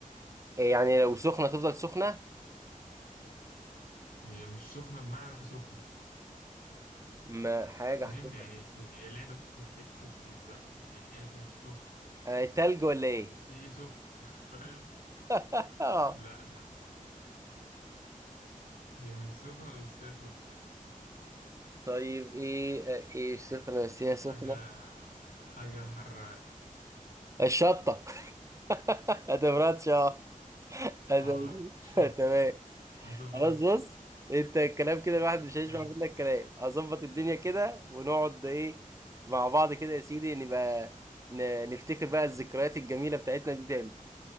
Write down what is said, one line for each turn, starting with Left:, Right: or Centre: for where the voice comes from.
Right: آه، يعني لو سخنة تفضل سخنة
Left: هي مش سخنة بمعنى سخنة
Right: ما حاجة
Left: فاهم
Right: حطيتها
Left: يعني هي لعبة في الحتة دي بقى يعني هي مش سخنة
Right: آه تلج ولا ايه
Left: بس هي سخنة <laughs> فاهم
Right: <laughs> آه
Left: لا لا هي مش سخنة بس هي سخنة
Right: طيب ايه آه، ايه سخنة بس هي
Left: حاجة
Right: سخنة
Left: حاجة حراق
Right: الشطة <laughs> ما تبردش اه <laughs> هذا-
Left: اه شط
Right: تمام
Left: هتبرد
Right: خلاص بص انت الكلام كده الواحد مش هيشبع
Left: <laughs> ماشي
Right: منك كلام هظبط الدنيا كده ونقعد ايه مع بعض كده يا سيدي نبقى ن- نفتكر بقى الذكريات الجميلة بتاعتنا دي تاني